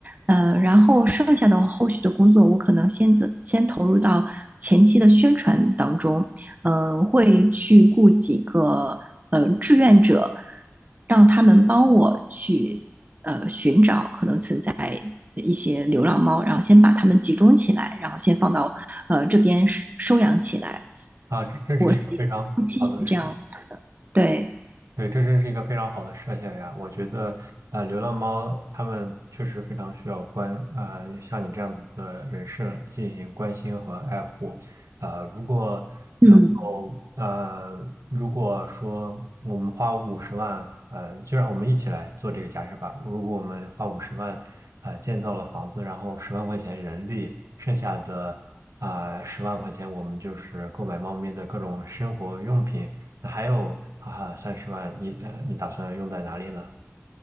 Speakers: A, on the right; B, on the right.
A: 呃，然后剩下的后续的工作，我可能先走，先投入到前期的宣传当中，嗯、呃会去雇几个呃志愿者，让他们帮我去呃寻找可能存在一些流浪猫，然后先把它们集中起来，然后先放到呃这边收收养起来。
B: 啊，这真是一个非常好的事。
A: 我是夫妻是这样，对，
B: 对，这真是一个非常好的设想呀！我觉得，啊，流浪猫它们确实非常需要关，啊，像你这样子的人士进行关心和爱护。啊。如果
A: 嗯。
B: 后呃，如果说我们花五十万，呃，就让我们一起来做这个假设吧。如果我们花五十万，呃，建造了房子，然后十万块钱人力，剩下的啊十万块钱，我们就是购买猫咪的各种生活用品。那还有啊三十万，你呃你打算用在哪里呢？